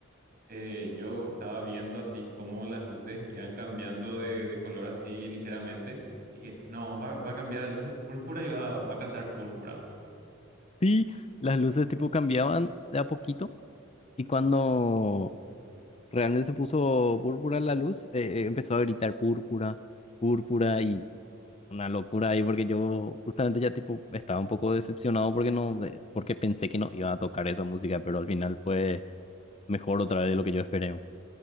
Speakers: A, on the right; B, on the left.
A: eh, yo estaba viendo así cómo las luces iban cambiando de, de color así ligeramente. Y dije, no, va, va a cambiar a luces púrpura y va, va a cantar púrpura.
B: Sí, las luces tipo cambiaban de a poquito. Y cuando realmente se puso púrpura la luz, eh, eh, empezó a gritar púrpura, púrpura y una locura ahí porque yo justamente ya tipo estaba un poco decepcionado porque no, eh, porque pensé que no iba a tocar esa música, pero al final fue mejor otra vez de lo que yo esperé.